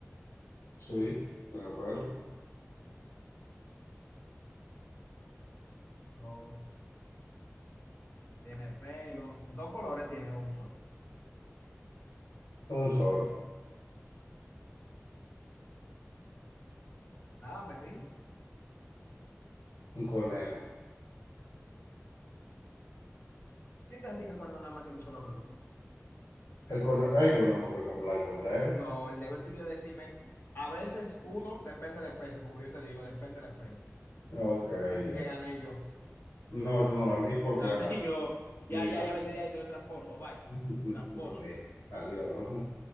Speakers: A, on the left; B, on the left.
A: sí, tiene pelo.
B: Oh, tiene pelo. Dos colores tiene un solo.
A: Un solo,
B: Nada, me rindo.
A: un conejo.
B: ¿Quién te dice que el conejo nada más tiene un solo cuerno?
A: El cone hay conejos que son blanco entero.
B: No, el deber tuyo es decirme, a veces uno depende de la especie, como yo te digo, depende de la especie.
A: Ok,
B: Así
A: ya.
B: que gané yo.
A: No, tú no ganas. ¿Y por
B: Gané
A: qué ganar?
B: yo.
A: Adivinar.
B: Ya, ya, ya vete de ahí, tú eres tramposo, bye.
A: <laughs>
B: Tramposo.
A: Ok, Adiós.